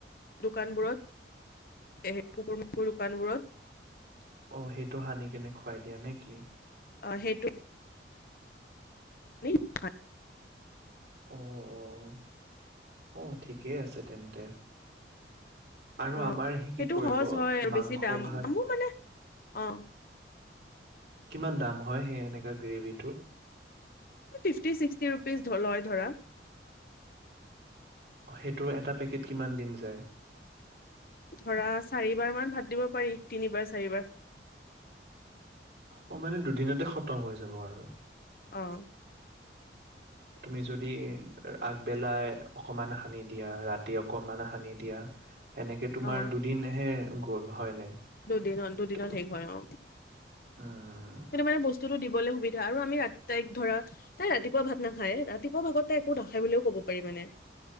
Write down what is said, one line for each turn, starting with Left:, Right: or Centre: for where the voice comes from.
Left: দোকানবোৰত। এই কুকুৰ-মেকুৰী দোকানবোৰত <unintelligible>
Right: অ, সেইটো সানি কিনে খুৱাই দিয়া নে কি?
Left: আ, সেইটো ই ভাত।
Right: অ', অ', অ'। ঠিকেই আছে, তেন্তে। আৰু
Left: অ',
Right: আমাৰ সি
Left: সেইটো
Right: কি কৰিব
Left: সহজ হয়। আৰু,
Right: মাংস
Left: বেছি দাম-দামো,
Right: ভাত
Left: মানে অ।
Right: কিমান দাম হয়, সেই এনেকা গ্ৰেভিটোৰ?
Left: এই ফিফটি-ছিক্সটি ৰুপিজ ধৰ লয়, ধৰা
Right: হয়, সেইটো এটা পেকেট, কিমান দিন যায়?
Left: ধৰা, চাৰিবাৰমান ভাত দিব পাৰি। তিনিবাৰ-চাৰিবাৰ।
Right: অ, মানে, দুদিনতে খতম হৈ যাব, আৰু
Left: অ'।
Right: তুমি যদি আগবেলাই অকণমান সানি দিয়া, ৰাতি অকণমান সানি দিয়া। সেনেকে, তোমাৰ
Left: অ
Right: দুদিনহে। গ'ল হয়নে?
Left: দুদিনত দুদিনত
Right: ত
Left: শেষ হয় অ
Right: উম।
Left: সেইটো, মানে, বস্তুটো দিবলৈ সুবিধা। আৰু আমি ৰাতি তাইক, ধৰা, তাই ৰাতিপুৱা ভাত নাখায়। ৰাতিপুৱা ভাগত তাই একো নাখায় বুলিও ক'ব পাৰি, মানে।